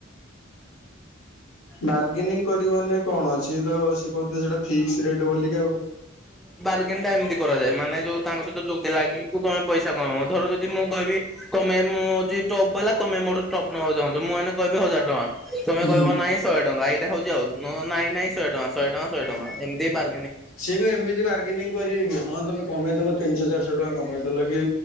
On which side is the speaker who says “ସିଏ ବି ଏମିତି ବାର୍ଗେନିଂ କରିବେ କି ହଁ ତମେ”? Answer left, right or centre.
Left